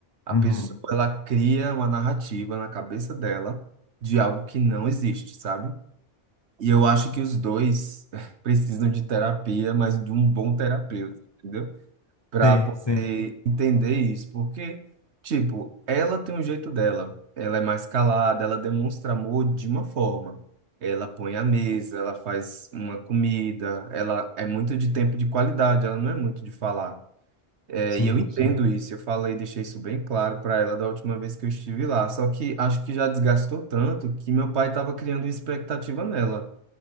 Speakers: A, on the right; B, on the left.
A: A
B: Uhum.
A: pessoa, ela cria uma narrativa na cabeça dela de algo que não existe, sabe? E eu acho que os dois <laughs> precisam de terapia, mas de um bom terapeuta, entendeu? para
B: Sim,
A: poder
B: sim,
A: entender isso, porque, tipo, ela tem um jeito dela, ela é mais calada, ela demonstra amor de uma forma. Ela põe a mesa, ela faz uma comida, ela é muito de tempo de qualidade, ela não é muito de falar. É,
B: sim,
A: e eu entendo
B: sim.
A: isso, eu falei, deixei isso bem claro para ela da última vez que eu estive lá. Só que acho que já desgastou tanto que meu pai estava criando uma expectativa nela.